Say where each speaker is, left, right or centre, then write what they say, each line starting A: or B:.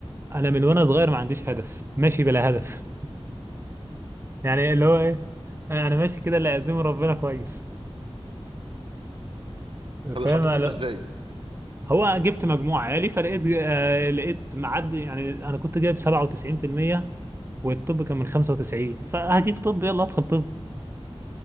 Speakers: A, on the right (about 25°); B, on the right (about 55°).
A: انا من وانا صغير ما عنديش هدف ماشي بلا هدف يعني اللي هو ايه انا أنا ماشي كده اللي يقدمه ربنا كويس
B: طب
A: فاهم
B: دخلت
A: لا.
B: طب ازاي
A: هو جبت مجموع عالي فلقيت آه لقيت معدي يعني انا كنت جايب 97% والطب كان من 95 فهجيب طب يلا ادخل طب